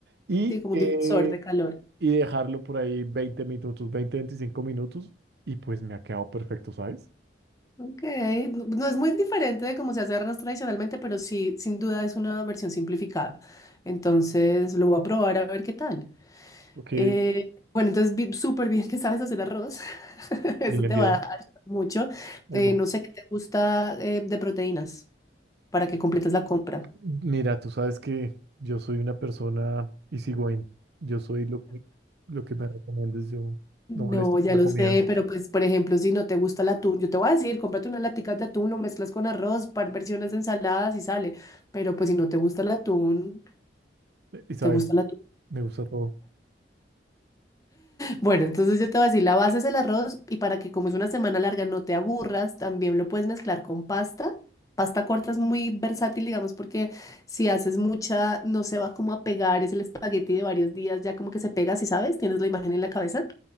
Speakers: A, on the right; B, on the left.
A: y,
B: Sí, como
A: eh,
B: un difusor de calor.
A: y dejarlo por ahí 20 minutos, 20 25 minutos y pues me ha quedado perfecto, ¿sabes?
B: Ok, no no es muy diferente de cómo se hace arroz tradicionalmente, pero sí, sin duda es una versión simplificada. Entonces lo voy a probar a ver qué tal.
A: Ok,
B: Eh, bueno, entonces vi- súper bien que sabes hacer arroz. <laughs> Eso
A: bien,
B: te
A: bien.
B: va a ayudar mucho.
A: Ahí
B: Eh,
A: voy.
B: no sé qué te gusta eh, de proteínas para que completes la compra.
A: Mira, tú sabes que yo soy una persona easygoing. Yo soy lo que, lo que me recomiendes. Yo
B: No,
A: no molesto por
B: ya
A: la
B: lo
A: comida.
B: sé, pero pues, por ejemplo, si no te gusta el atún, yo te voy a decir, cómprate unas laticas de atún, lo mezclas con arroz, par versiones de ensaladas y sale. Pero pues si no te gusta el atún,
A: Eh, Isabel,
B: ¿te gusta el atún?
A: me gusta todo.
B: Bueno, entonces yo te voy a decir, la base es el arroz y para que como es una semana larga no te aburras, también lo puedes mezclar con pasta. Pasta corta es muy versátil, digamos, porque si haces mucha, no se va como a pegar, es el espagueti de varios días, ya como que se pega, si sabes, tienes la imagen en la cabeza,